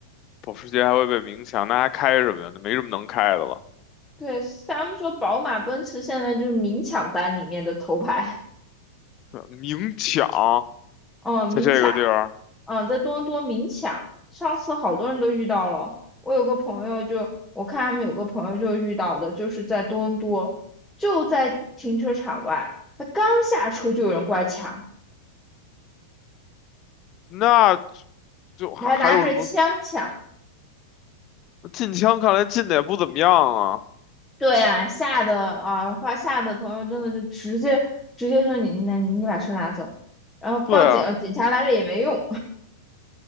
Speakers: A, on the left (about 40°); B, in the centre.
A: 保时捷还会被明抢，那还开什么呀？那没什么能开的了。
B: 对，他们说宝马、奔驰现在就是明抢单里面的头牌。
A: 对明抢。
B: 嗯，
A: 在这个地儿，
B: 明抢，嗯，在多伦多明抢，上次好多人都遇到了。
A: 操，
B: 我有个朋友就，我看他们有个朋友就遇到的，就是在多伦多，就在停车场外，他刚下车就有人过来抢，
A: 那就就还还有什么
B: 还拿着枪抢，
A: 禁枪？看来禁的也不怎么样啊。
B: 对啊，吓得啊，话吓得朋友真的就直接直接说你那你你把车拿走，然后报警了，
A: 对啊，
B: 警察来了也没用。